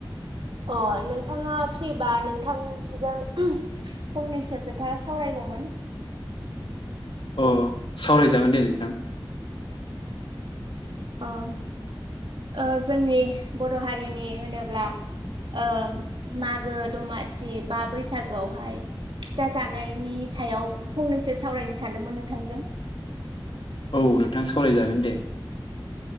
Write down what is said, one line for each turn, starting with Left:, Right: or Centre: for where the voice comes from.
Right: अ नोंथाङा फ्रिबा नोंथांजों फंनैसो खोथा सावरायगौमोन
Left: अ सावरायजागोन दे नोंथां
Right: ओम अ जोंनि बर' हारिनि होनोब्ला अ मागो दमासि बा बैसागुआवहाय फिथा जानायनि सायाव फंनैसो सावरायनो सानदोंमोन नोंथांजों
Left: औ नोंथां सावराय जागोन दे